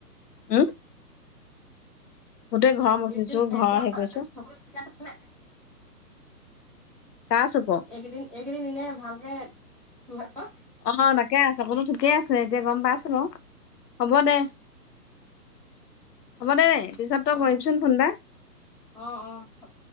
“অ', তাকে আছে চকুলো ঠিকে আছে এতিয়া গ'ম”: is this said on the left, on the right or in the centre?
Left